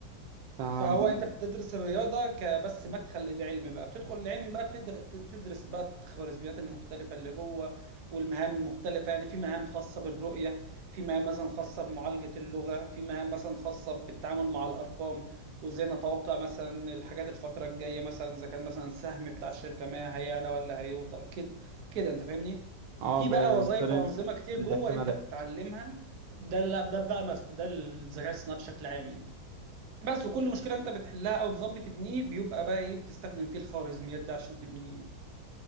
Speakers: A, on the right; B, on the right.
A: آه
B: فهو
A: بي-
B: انت بتدرس الرياضه كبس مدخل للعلم بقى بتدخل العلم بقى بتدر- بتدرس بقى الخوارزميات المختلفه اللي جوه والمهام المختلفه يعني في مهام خاصه بالرؤيه في مهام مثلا خاصه بمعالجه اللغه في مهام مثلا خاصه بالتعامل مع الارقام وازاي نتوقع مثلا الحاجات الفتره الجايه مثلا اذا كان مثلا السهم بتاع الشركه ما هيعلى ولا هيوطى كده كده انت فاهمني
A: آه،
B: في بقى
A: بفرن
B: وظائف وانظمه كتير
A: الاحتمالات
B: جوه انت بتتعلمها ده ال- ده بقى مف... ده الذكاء الصناعي بشكل عام يعني بس وكل مشكلة انت بتحلها او نظام بتبنيه بيبقى بقى ايه بتستخدم فيه الخوارزميات دي عشان تبنيه